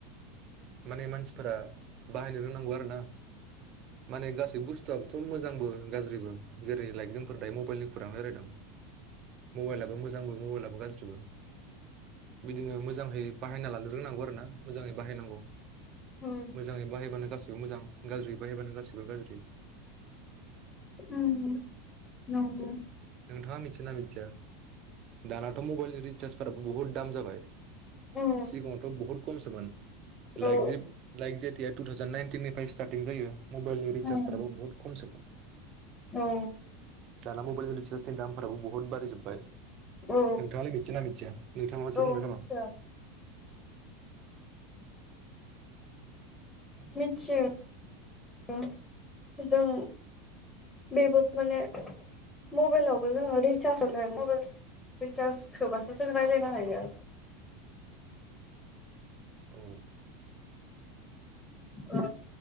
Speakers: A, on the right; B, on the left.
A: माने मानसि फोरा बाहायनो रोंनांगौ आरो ना। माने गासै बुस बुस्थुआथ मोजांबो गाज्रिबो जेरै लाइकजोंफोर दायो मबाइलनि खुरां रायलायदों मबाइलाबो जोंबो मबाइलाबो गाज्रिबो बिदिनो मोजाङै बाहायना लानो रोंनांगौ आरो ना मोजाङै बाहायनांगौ
B: उम
A: मोजाङै बाहायबानो गासिबो मोजां। गाज्रिबा बाहायबानो गासिबो गाज्रि।
B: उम नंगौ
A: नोंथाङा मिथियोना मिथिया दानाथ मबाइलनि रिसार्जफोराबो बुहुत दाम जाबाय।
B: औ
A: सिगङथ बुहुत खमसोमोन।
B: औ
A: लायकजेत लायकजेत। दै टु थावजेन नाइनटिननिफ्राय सिथारथिं जायो। मबाइलनि रिसार्जफोराबो
B: औ
A: बहुत खमसोमोन।
B: औ।
A: दाना‌ मबाइलनि रिसार्ज दामफोराबो बहुत बाराय जोब्बाय
B: औ
A: नोंथाङालाय मिथिना मिथिया नोंथाङा एसे
B: औ
A: बुंदों
B: मिथियो
A: नामा?
B: मिथियो जों बेबो माने मबाइलावबो जोङो रिसार्ज हाया मबाइल रिसार्ज होबासो जों राय्लायनो हायो।
A: औ।
B: ओ